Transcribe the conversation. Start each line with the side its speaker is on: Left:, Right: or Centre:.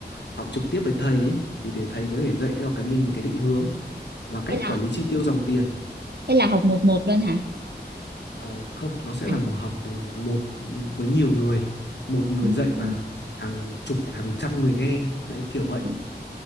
Left: học trực tiếp với thầy ấy, thì để thầy có thể dạy cho cái mình cái định hướng và cách
Right: thế là
Left: quản lý chi tiêu dòng tiền
Right: thế là học một một luôn hả
Left: Ờ, không nó sẽ
Right: à
Left: là một học một với nhiều người một người
Right: ừ,
Left: dạy và
Right: ừ.
Left: hàng chục hàng trăm người nghe đấy kiểu vậy
Right: ừ.